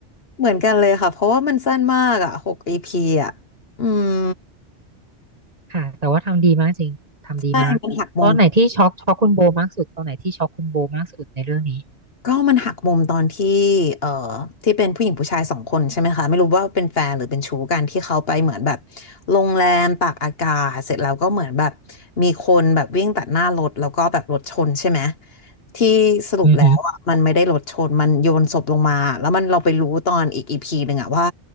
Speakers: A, on the left; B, on the right.
A: เหมือนกันเลยค่ะเพราะว่ามันสั้นมากอ่ะหกอีพีอ่ะอืม
B: ค่ะแต่ว่าทำดีมากจริงทำดีมากตอนไหนที่ช็อกช็อกคุณโบมากสุดตอนไหนที่ช็อกคุณโบมากสุดในเรื่องนี้
A: ใช่มันหักมุม ก็มันหักมุมตอนที่เอ่อที่เป็นผู้หญิงผู้ชายสองคนใช่ไหมคะ ไม่รู้ว่าเป็นแฟนหรือเป็นชู้กันที่เขาไปเหมือนแบบโรงแรมตากอากาศเสร็จแล้วก็เหมือนแบบมีคนแบบวิ่งตัดหน้ารถแล้วก็แบบรถชนใช่ไหม ที่สรุปแล้วอ่ะมันไม่ได้รถชน
B: อือหือ
A: มันโยนศพลงมาแล้วมันเราไปรู้ตอนอีกอีพีหนึ่งอ่ะว่า